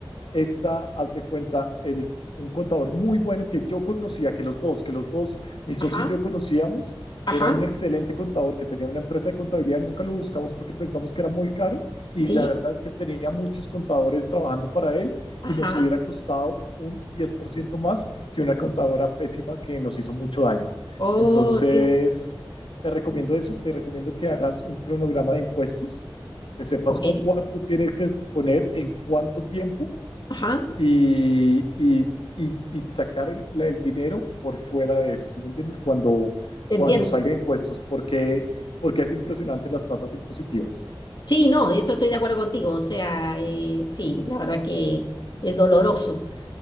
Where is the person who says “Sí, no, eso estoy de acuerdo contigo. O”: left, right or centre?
Left